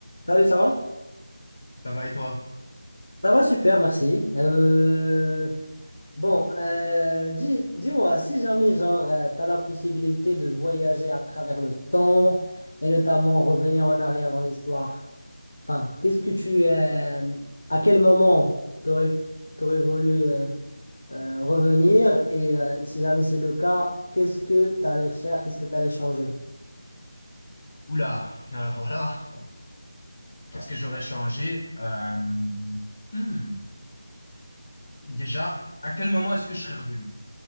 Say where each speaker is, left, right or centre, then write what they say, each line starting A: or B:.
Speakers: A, on the left; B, on the left.
A: Salut, ça va?
B: Ça va et toi?
A: Ça va super, merci. Euh, Bon, euh, dis, dis-moi, si jamais, genre, tu as la possibilité de voyager à travers le temps et notamment revenir en arrière dans l'histoire, enfin, qu'est-ce que tu... euh, à quel moment t'aurais, t'aurais voulu euh, euh, revenir et euh, si jamais c'est le cas, qu'est-ce que tu allais faire, qu'est-ce que tu allais changer?
B: Oula, alors là, qu'est-ce que j'aurais changé? Euh, hmm. Déjà, à quel moment est-ce que je serais revenu?